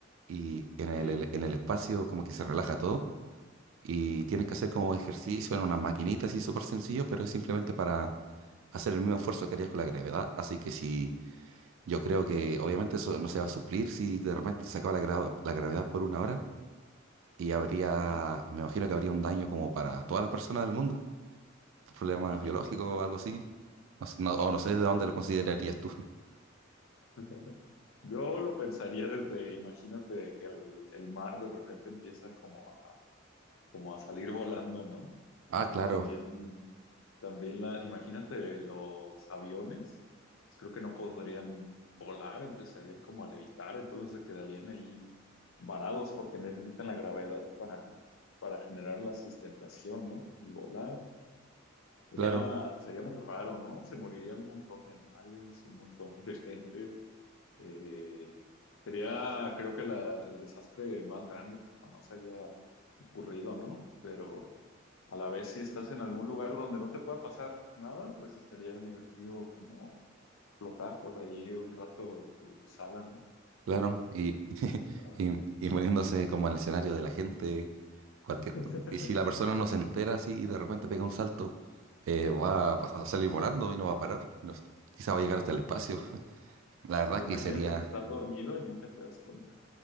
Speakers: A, on the right; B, on the left.
A: Y en el,
B: Sí.
A: el- en el espacio como que se relaja todo y tienen que hacer como ejercicio en unas maquinitas y súper sencillo, pero es simplemente para hacer el mismo esfuerzo que harías con la gravedad. Así que si yo creo que obviamente eso no se va a suplir si de repente se acaba la, gra- la gravedad por una hora y habría,
B: Ah.
A: me imagino que habría un daño como para todas las personas del mundo, problemas
B: <laughs>
A: biológicos o algo así. No, sé- no- o no sé de dónde
B: Sí.
A: lo considerarías tú. <laughs>
B: <laughs> Yo lo pensaría desde, imagínate que el, el mar de repente empieza como a, como a salir volando, ¿no?
A: Ah,
B: Y
A: claro,
B: también También la, imagínate los aviones, creo que no podrían volar, empezarían como a levitar, entonces se quedarían ahí varados porque necesitan la gravedad para, para generar la sustentación, ¿no? Y volar. Sería,
A: claro.
B: sería muy raro, ¿no? Se morirían un montón de animales, un montón <laughs> de gente. Eh, sería, creo que la- el desastre más grande que jamás haya ocurrido, ¿no? Pero a la vez si estás en algún lugar donde no te pueda pasar nada, pues estaría divertido como flotar por ahí un rato en tu sala, ¿no?
A: Claro, y, <laughs>
B: Ajá.
A: y, y poniéndose como en el escenario de la gente, cualquier,
B: <laughs>
A: y si la persona no se entera así y de repente pega un salto, eh, va a, pas- a salir volando y no va a parar, no sé, quizá va a llegar
B: Ajá.
A: hasta el espacio.
B: O,
A: <laughs> La verdad
B: o
A: que
B: imagínate
A: sería,
B: que estás dormido y nunca te das cuenta.